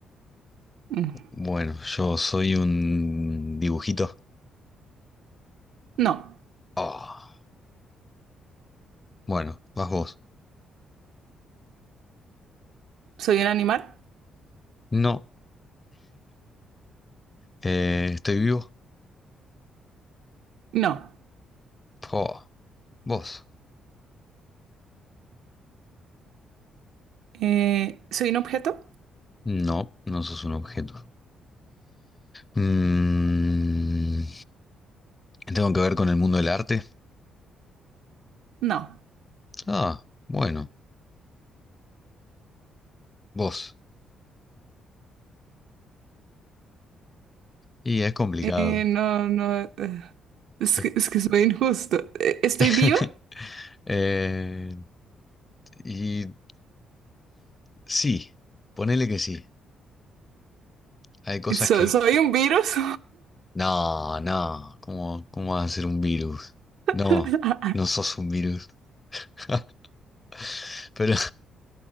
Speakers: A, on the right; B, on the left.
A: Mm,
B: Bueno, yo soy un dibujito.
A: No.
B: Ah, bueno, vas vos.
A: ¿Soy un animal?
B: No, eh, estoy vivo.
A: No.
B: Oh, vos.
A: Eh, ¿soy un objeto?
B: No, no sos un objeto. Mm, ¿tengo que ver con el mundo del arte?
A: No.
B: Ah, bueno, vos. Y es complicado.
A: Eh, no, no. eh, Es
B: Es-
A: que, es que es muy injusto. Eh, ¿Estoy
B: <laughs>
A: viva?
B: Eh, y sí, ponele que sí. Hay cosas
A: ¿So-
B: que
A: ¿Soy un virus?
B: No, no, ¿cómo, cómo vas a ser un virus? No,
A: <laughs>
B: no sos un virus. <laughs> Pero,